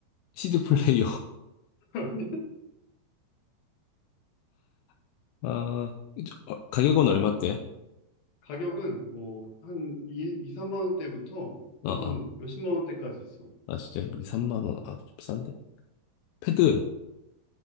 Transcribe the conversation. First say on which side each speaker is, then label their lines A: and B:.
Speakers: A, on the left; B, on the left.
A: CD 플레이어.
B: <laughs> 아니.
A: <laughs> 아, 이제, 어, 가격은 얼마대?
B: 이 가격은 뭐 한 2, 이 3만 원대부터 뭐
A: 어, 어.
B: 한 몇십만 원대까지 있어.
A: 아, 진짜, 이 3만 원. 아, 좀 싼데? 패드?